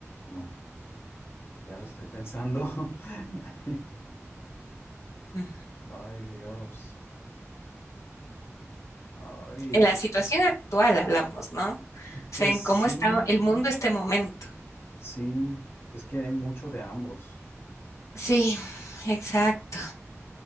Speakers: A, on the left (about 50°); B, on the left (about 75°).
A: No, ya la estoy pensando. <laughs>
B: Ujú.
A: Ay, Dios. Ay,
B: En
A: qué.
B: la situación actual hablamos, ¿no? O sea,
A: Pues
B: en
A: sí,
B: cómo está el mundo este momento.
A: sí, es que hay mucho de ambos.
B: Sí, exacto.